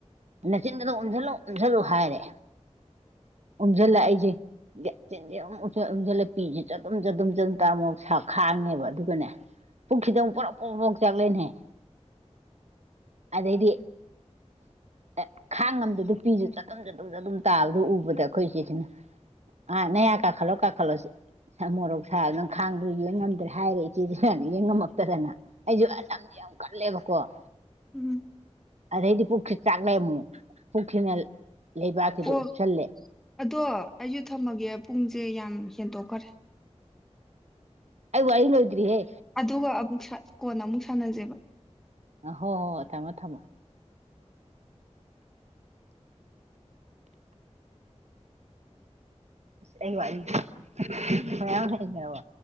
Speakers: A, on the right (about 75°); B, in the centre.
A: ꯅꯦꯆꯤꯟꯒꯗꯨ ꯎꯝꯖꯟꯂꯨ ꯎꯝꯁꯜꯂꯨ ꯍꯥꯏꯔꯦ ꯎꯝꯁꯤꯜꯂ ꯑꯩꯁꯦ ꯌ ꯆꯤꯟꯖꯤ ꯎꯝꯖꯜꯂ ꯄꯤꯁꯦ ꯆꯗꯨꯝ ꯆꯗꯨꯝ ꯆꯗꯨꯝ ꯆꯗꯨꯝ ꯇꯥꯔ ꯃ ꯁꯥꯕ <unintelligible> ꯑꯗꯨꯒꯅꯦ ꯄꯨꯛꯁꯤꯗ ꯑꯃꯨꯛ ꯄꫭꯔꫭꯛ ꯄꫭꯔꫭꯛ ꯄꫭꯔꫭꯛ ꯆꯥꯛꯂꯦꯑꯦꯅꯍꯦ ꯑꯗꯩꯗꯤ ꯑ ꯈꯥꯡ ꯉꯝꯗꯕꯩ ꯄꯤꯁꯨ ꯆꯗꯨꯝ ꯆꯗꯨꯝ ꯆꯗꯨꯝ ꯇꯥꯕꯗꯣ ꯎꯕꯗ ꯑꯩꯈꯣꯏ ꯏꯆꯦꯁꯤꯅ ꯑꯥ ꯅꯌꯥ ꯀꯥꯈꯠꯂꯣ ꯀꯥꯈꯠꯂꯣ ꯁ ꯃꯣꯔꯣꯛ ꯁꯥꯕ ꯅꯪ ꯈꯥꯡꯕ ꯌꯦꯡ ꯉꯝꯗ꯭ꯔꯦ ꯍꯥꯏꯔꯦ ꯏꯆꯦꯁꯤꯅ ꯌꯦꯡ ꯉꯝꯃꯛꯇꯗꯅ ꯑꯩꯁꯨ ꯑꯁ ꯌꯥꯝ ꯀꯜꯂꯦꯕꯀꯣ
B: ꯎꯝ
A: ꯑꯗꯩꯗꯤ ꯆꯥꯛꯂꯦ ꯑꯃꯨꯛ ꯄꯨꯛꯁꯤꯅ ꯂꯩꯕꯥꯛꯁꯤꯗ
B: ꯑꯣ
A: ꯎꯞꯁꯜꯂꯦ
B: ꯑꯗꯣ ꯑꯩꯁꯨ ꯊꯝꯃꯒꯦ ꯄꯨꯡꯁꯦ ꯌꯥꯝ ꯍꯦꯟꯗꯣꯛꯈꯔꯦ
A: ꯑꯣ ꯋꯥꯔꯤ ꯂꫭꯏꯗ꯭ꯔꯤ ꯍꯦ
B: ꯑꯗꯨꯒ ꯑꯃꯨꯛ ꯁꯥ- ꯀꯣꯟꯅ ꯑꯃꯨꯛ ꯁꯥꯟꯅꯖꯦꯕ
A: ꯍꯣ ꯍꯣ ꯍꫭ ꯊꯝꯃꯣ ꯊꯥꯝꯃꯣ ꯑꯁ ꯑꯩ ꯋꯥꯔꯤ <unintelligible>